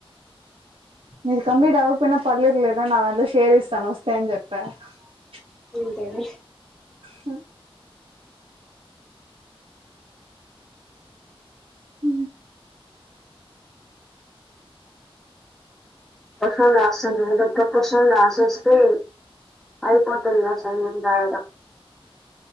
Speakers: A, on the right (about 75°); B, in the centre.
A: ఇ కంలీట్ అకపోన్న పర్లేర్లే నాంత షేర్ ఇస్తాను వస్తే అని చెప్ప బ
B: అంతేలే
A: స అ
B: ప్రసంగా వస తప్పసం రాసి వస్తే అయిపోతేంది రాసయం ఉంటయడం